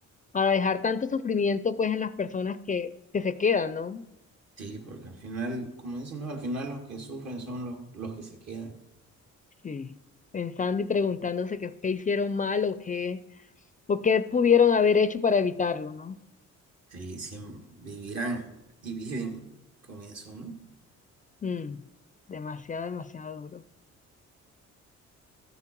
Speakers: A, on the left (about 25°); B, on the right (about 55°).
A: para dejar tanto sufrimiento pues en las personas que, que se quedan, ¿no?
B: Sí, porque al final, como dicen, ¿no? Al final los que sufren son los, los que se quedan.
A: Sí. Pensando y preguntándose qué, qué hicieron mal o qué, o qué pudieron haber hecho para evitarlo, ¿no?
B: Sí, sí, vivirán y viven con eso, ¿no?
A: Mm, demasiado, demasiado duro.